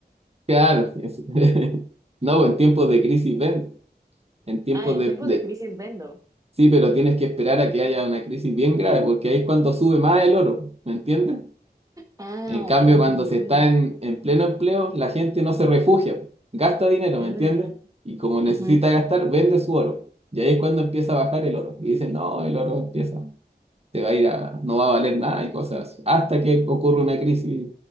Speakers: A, on the right; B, on the right.
A: Claro, es- <laughs> no, en tiempos de crisis vende, en tiempos
B: Ah, en
A: de,
B: tiempos
A: de...
B: de crisis vendo.
A: Sí, pero tienes que esperar a que haya una crisis bien grave, porque ahí es cuando sube más el oro, ¿me entiendes?
B: Ah,
A: En cambio,
B: ya entendí.
A: cuando se está en, en pleno empleo, la gente no se refugia, gasta dinero,
B: Mm,
A: ¿me entiendes? Y como necesita
B: ujú,
A: gastar, vende su oro. Y ahí es cuando empieza a bajar el oro. Y dicen, no, el oro empieza, se va a ir a, no va a valer nada y cosas así. Hasta que ocurre una crisis